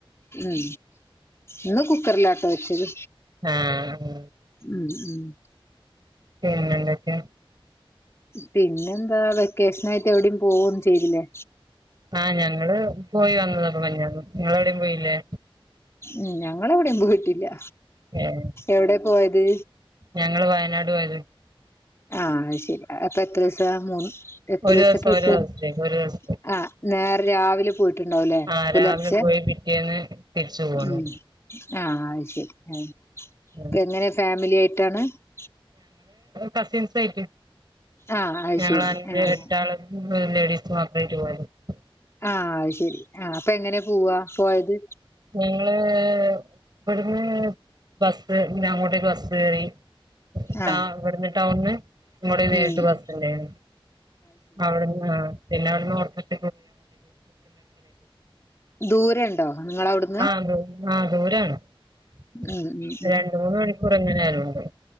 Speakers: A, on the left; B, on the right.
A: ഉം ഇന്ന് കുക്കറിലാട്ടൊ വെച്ചത്.
B: ആഹ്
A: ഉം. ഉം.
B: പിന്നെന്തൊക്കെ?
A: പിന്നെന്താ വെക്കേഷ്നായിട്ട് എവിടെ പോവൊന്നും ചെയ്തിലേ?
B: ആഹ് ഞങ്ങള് പോയി വന്നതാ പൊ മെഞ്ഞാന്ന് ഇങ്ങളെവ്ടേം പോയിലേ?
A: ഉം ഞങ്ങളെവ്ടീം പോയി
B: ഏഹ്
A: എവ്ടെ പോയത്
B: ഞങ്ങള് വയനാട് പോയത്
A: ആഹ് അയ്ശെരി അപ്പൊ എത്രോസാ മൂന്ന് എത്രീസ്തെ
B: ഒരു ദിവസം
A: ട്രിപ്പെരുന്നു
B: ഒരു ദിവസത്തേക്ക് ഒരു ദിവസത്തേക്ക്
A: ആഹ് നേരെ രാവിലെ പോയിട്ടുണ്ടാവും ലെ
B: ആഹ്
A: പുലർച്ചെ
B: രാവിലെ പോയി പിറ്റേന്ന് തിരിച്ചു പോന്നു
A: ഉം ആഹ് അയ്ശരി ആ
B: ആഹ്
A: പെങ്ങനെ ഫാമിലിയാ <unintelligible>
B: കസിൻസുവായിറ്റ്
A: ആഹ് അത്
B: ഞങ്ങള്
A: ശരി
B: അഞ്ച്
A: ആഹ്
B: എട്ടാള് ഉം ലേഡീസ് മാത്രം വരോ <unintelligible>
A: ആഹ് അ ശരി ആ അപ്പ എങ്ങനെ പോവാ. പോയത്.
B: ഞങ്ങള് ഇവിടുന്ന് ബസ് പിന്നെ അങ്ങോട്ടേക്ക് ബസ് കേറി.
A: ആഹ്
B: ആ ഇവിടുന്ന്. ടൗൺന്ന്. ഇങ്ങോട്ട് നേരിട്ട്
A: ഉം
B: ബസുണ്ടായിരിന്നു
A: ഉം
B: അവിടന്ന് ആ പിന്നെവിടുന്ന് ഓട്ടോക്ക്
A: ദുരെ ഉണ്ടോ നിങ്ങളവിടെക്ക്.
B: ആഹ് ദുരാ ആഹ് ദൂരാണ് ആ
A: ഉം ഉം
B: രണ്ട് മൂന്ന് മണിക്കൂർ എങ്ങനാലും. അതെ